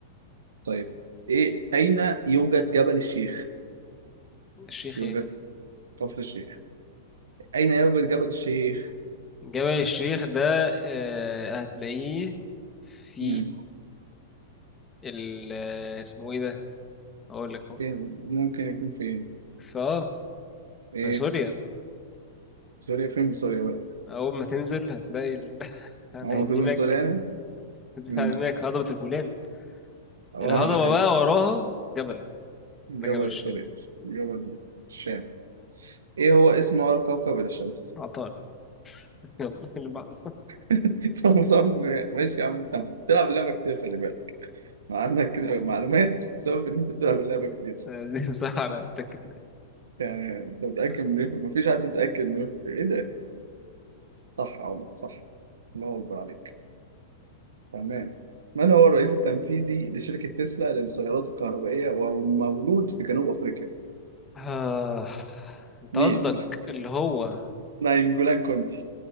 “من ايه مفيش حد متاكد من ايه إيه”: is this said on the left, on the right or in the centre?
Right